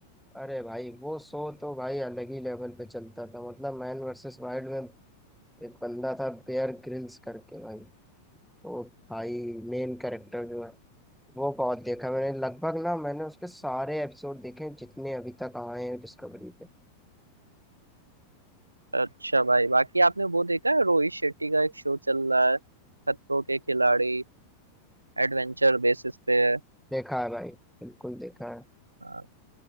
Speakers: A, in the centre; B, on the right (about 80°).
A: अरे भाई वो शो तो भाई अलग ही लेवल पे चलता था मतलब मैन वर्सेस वाइल्ड में एक बंदा था बेयर ग्रिल्स करके भाई वो भाई मेन कैरेक्टर जो है वो बहुत देखा मैंने लगभग ना मैंने उसके सारे एपिसोड देखे हैं, जितने अभी तक आए हैं डिस्कवरी पे
B: अच्छा भाई बाकी आपने वो देखा है रोहित शेट्टी का एक शो चल रहा है खतरों के खिलाड़ी एडवेंचर बेसिस पे है
A: देखा है भाई बिल्कुल देखा है
B: हाँ,